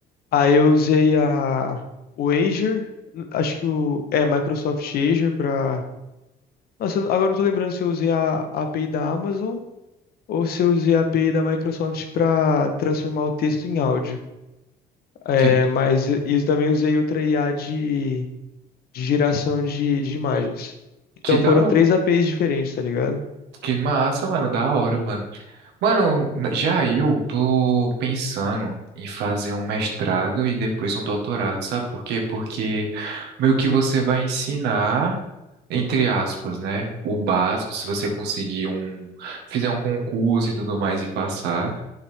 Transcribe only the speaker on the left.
Aí eu usei a o Azure, acho que o é Microsoft Azure para Nossa, agora eu não tô lembrando se eu usei a, a API da Amazon ou se eu usei a API da Microsoft para transformar o texto em áudio. É,
mas eu eu também usei outra IA de, de geração de, de imagens. Então
foram três APIs diferentes, tá ligado?